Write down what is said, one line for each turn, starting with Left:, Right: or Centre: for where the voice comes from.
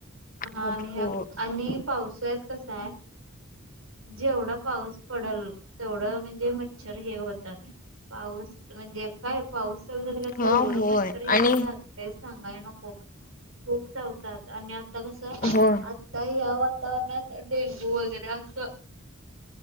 Right: हा
Left: भरपूर
Right: आणि ह आणि पावसय कसा आहे जेवढा पाऊस पडेल तेवढं म्हणजे मच्छर हे होतात पाऊस म्हणजे काय पाऊस चालू झाला कसं
Left: हा
Right: ओढं
Left: होय
Right: मच्छर हे होतात
Left: आणि
Right: काही सांगाय न खूप चातात आणि आता कस आता
Left: होय.
Right: ह वातावरणात डेंगू वगैरे असं